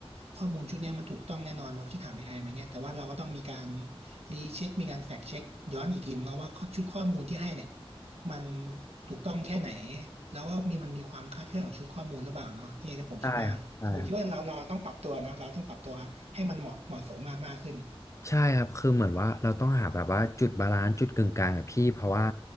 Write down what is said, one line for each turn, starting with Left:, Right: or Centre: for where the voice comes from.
Right: ข้อมูลชุดเนี้ยมันถูกต้องแน่นอนเพราะฉันถามเอไอมาเนี่ยแต่ว่าเราก็ต้องมีการรีเช็คมีการแฟกเช็คย้อนอีกทีนึงแล้วว่าข้อชุดข้อมูลที่ให้เนี่ย มันถูกต้องแค่ไหนแล้วก็มีมันมีความคลาดเคลื่อนของชุดข้อมูลหรือเปล่าเนาะนี่ที่ผมคิดว่าแต่ผมคิดว่าเราเราต้องปรับตัวนะเราต้องปรับตัวให้มันเหมาะเหมาะสมมากมากขึ้น
Left: ใช่ครับใช่ครับ ใช่ครับ คือเหมือนว่าเราต้องหาแบบว่าจุดบาลานซ์จุดกึ่งกลางอะพี่เพราะว่า